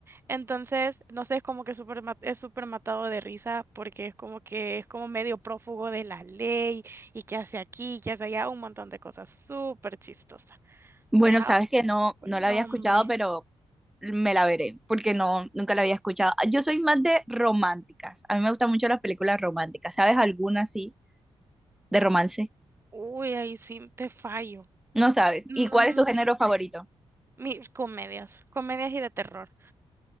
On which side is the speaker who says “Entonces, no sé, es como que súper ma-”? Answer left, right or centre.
Right